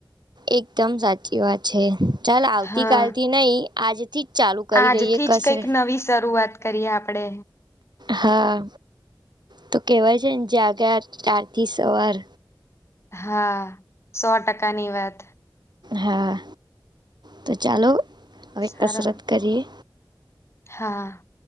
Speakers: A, on the right; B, on the left.
A: એકદમ સાચી વાત છે ચાલ આવતીકાલ
B: હા
A: થી નહી આજથી જ ચાલુ કરી
B: આજથી
A: દઈએ કસરત
B: જ કઈક નવી શરૂઆત કરીએ આપડે
A: હા તો કેવાય છે ને જાગ્યા ચથી સવાર
B: હા સો ટકાની વાત
A: હા તો ચાલો હવે
B: સારો
A: કસરત કરીએ
B: હા